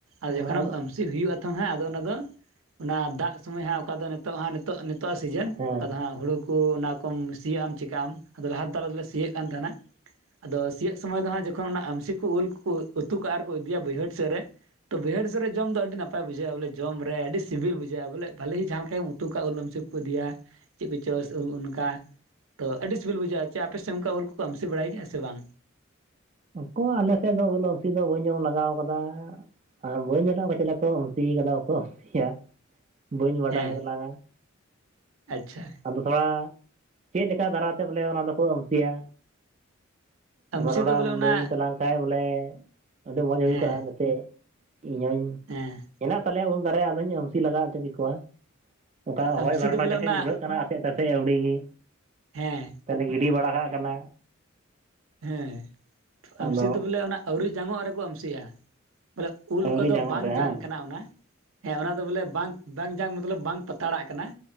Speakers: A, on the right; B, on the right.
A: ᱟᱨ
B: ᱟᱫᱚ
A: ᱡᱚᱠᱷᱚᱱᱮᱢ ᱟᱹᱢᱥᱤ ᱦᱩᱭᱩᱜ ᱟ ᱛᱟᱦᱮᱸ ᱟᱫᱚ ᱚᱱᱟ ᱫᱚ ᱚᱱᱟ ᱫᱟᱜᱽ ᱥᱚᱢᱚᱭ ᱦᱟᱸᱜ ᱚᱠᱟ ᱫᱚ ᱱᱤᱛᱚᱜ ᱦᱟᱸᱜ ᱱᱤᱛᱚᱜ ᱱᱤᱛᱚᱜᱼᱟ ᱥᱤᱡᱮᱱ
B: ᱦᱮᱸ
A: ᱚᱠᱟ ᱫᱚ ᱦᱟᱸᱜ ᱦᱩᱲᱩ ᱠᱚ ᱚᱱᱟ ᱠᱚᱢ ᱥᱤᱭᱟᱜ ᱟᱢ ᱪᱮᱠᱟᱜ ᱟᱢ ᱟᱫᱚ ᱞᱟᱦᱟ ᱛᱮᱫᱚ ᱟᱞᱮ ᱫᱚ ᱞᱮ ᱥᱤᱭᱮᱜ ᱠᱟᱱ ᱛᱟᱦᱮᱸᱱᱟ ᱾ ᱟᱫᱚ ᱥᱤᱭᱟᱹᱜ ᱥᱚᱢᱚᱭ ᱫᱚ ᱦᱟᱸᱜ ᱡᱚᱠᱷᱚᱱ ᱚᱱᱟ ᱟᱢᱥᱤ ᱠᱚ ᱩᱞ ᱠᱚ ᱩᱛᱩ ᱠᱟᱜᱼᱟ ᱟᱨᱠᱚ ᱤᱫᱤᱭᱟ ᱵᱟᱹᱭᱦᱟᱹᱲ ᱥᱮᱫᱽ ᱨᱮ ᱛᱚ ᱵᱟᱹᱭᱟᱹᱲ ᱥᱮᱫᱽ ᱨᱮ ᱡᱚᱢ ᱫᱚ ᱟᱹᱰᱤ ᱱᱟᱯ ᱱᱟᱯᱟᱭ ᱵᱩᱡᱷᱟᱹᱜᱼᱟ ᱵᱚᱞᱮ ᱡᱚᱢ ᱨᱮ ᱟᱹᱰᱤ ᱥᱤᱵᱤᱞ ᱵᱩᱡᱷᱟᱹᱜᱼᱟ ᱵᱚᱞᱮ ᱵᱟᱞᱮᱦᱤ ᱡᱟᱦᱟᱸ ᱞᱮᱠᱟ ᱜᱮᱢ ᱩᱛᱩ ᱠᱟᱜ ᱩᱞ ᱟᱢᱥᱤ ᱠᱚ ᱤᱫᱤᱭᱟ ᱪᱮᱫ ᱠᱚᱪᱚᱝ ᱚᱱᱠᱟ ᱛᱚ ᱟᱹᱰᱤ ᱥᱤᱵᱤᱞ ᱵᱩᱡᱷᱟᱹᱜᱼᱟ ᱪᱮ ᱟᱯᱮᱥᱮᱫ ᱚᱱᱠᱟ ᱩᱞ ᱠᱚᱠᱚ ᱟᱢᱥᱤ ᱵᱟᱲᱟᱭ ᱜᱮᱭᱟ ᱥᱮ ᱵᱟᱝ?
B: ᱚᱠᱚ ᱟᱞᱮ ᱥᱮᱫ ᱫᱚ ᱩᱞ ᱟᱢᱥᱤ ᱫᱚ ᱵᱟᱹᱧ ᱡᱚᱢ ᱞᱟᱜᱟᱣ ᱠᱟᱫᱟ ᱾ ᱟᱨ ᱵᱟᱹᱧ ᱧᱮᱞᱟ ᱚᱠᱟ ᱪᱮᱫ ᱞᱮᱠᱟ ᱠᱚ ᱟᱢᱥᱤ ᱟᱠᱟᱫᱟ ᱵᱟᱠᱚ ᱟᱢᱥᱤ ᱭᱟ ᱵᱟᱹᱧ ᱵᱟᱰᱟᱭ
A: ᱦᱮᱸ
B: ᱛᱟᱞᱟᱝᱟ ᱾
A: ᱟᱪᱪᱷᱟ ᱾
B: ᱟᱫᱚ ᱛᱷᱚᱲᱟ ᱪᱮᱫ ᱞᱮᱠᱟ ᱫᱷᱟᱨᱟᱛᱮ ᱵᱚᱞᱮ ᱚᱱᱟ ᱫᱚᱠᱚ ᱟᱹᱢᱥᱤᱭᱟ?
A: ᱟᱹᱢᱥᱤ
B: ᱚᱱᱟ ᱛᱷᱚᱲᱟᱢ
A: ᱫᱚ ᱵᱚᱞᱮ ᱚᱱᱟ
B: ᱞᱟᱹᱭᱟᱹᱧ ᱛᱟᱞᱟᱝ ᱠᱷᱟᱱᱡᱽ ᱵᱚᱞᱮ ᱟᱹᱰᱤ ᱢᱚᱡᱽ ᱦᱩᱭ
A: ᱦᱮᱸ
B: ᱠᱚᱜᱼᱟ ᱱᱮᱛᱮ ᱤᱧ ᱦᱚᱧ
A: ᱦᱮᱸ
B: ᱦᱮᱱᱟᱜ ᱛᱟᱞᱮ ᱩᱞ ᱫᱟᱨᱮ ᱟᱫᱚᱧ ᱟᱹᱢᱥᱤ ᱞᱟᱜᱟ ᱚᱪᱚ ᱠᱮᱠᱚᱣᱟ ᱚᱱᱠᱟ
A: ᱟᱹᱢᱥᱤ
B: ᱦᱚᱭ ᱵᱷᱟᱨᱰᱚ
A: ᱫᱚ ᱵᱚᱞᱮ
B: ᱡᱚᱠᱷᱮᱡ
A: ᱚᱱᱟ
B: ᱧᱩᱨᱦᱟᱹᱜ ᱠᱟᱱᱟ ᱟᱥᱮᱫ ᱛᱟᱥᱮᱜ ᱟᱹᱣᱲᱤ ᱜᱮ
A: ᱦᱮᱸ
B: ᱛᱟᱞᱦᱮ ᱜᱤᱰᱤ ᱵᱟᱲᱟ ᱠᱟᱜ ᱠᱟᱱᱟ
A: ᱦᱮᱸ
B: ᱟᱫᱚ
A: ᱟᱹᱢᱥᱤ ᱫᱚ ᱵᱚᱞᱮ ᱚᱱᱟ ᱟᱹᱣᱨᱤ ᱡᱟᱝᱚᱜ ᱨᱮᱠᱚ ᱟᱹᱢᱥᱤᱭᱟ ᱵᱚᱞᱮ ᱩᱞ
B: ᱟᱹᱣᱨᱤ
A: ᱚᱠᱟ ᱫᱚ
B: ᱡᱟᱝᱚᱜ
A: ᱵᱟᱝ
B: ᱨᱮ
A: ᱡᱟᱝ
B: ᱦᱟᱝ
A: ᱠᱟᱱᱟ ᱚᱱᱟ ᱦᱮᱸ ᱚᱱᱟ ᱫᱚ ᱵᱚᱞᱮ ᱵᱟᱝ ᱵᱟᱝ ᱡᱟᱝ ᱢᱚᱛᱞᱚᱵᱽ ᱵᱟᱝ ᱯᱟᱛᱟᱲᱟᱜ ᱠᱟᱱᱟ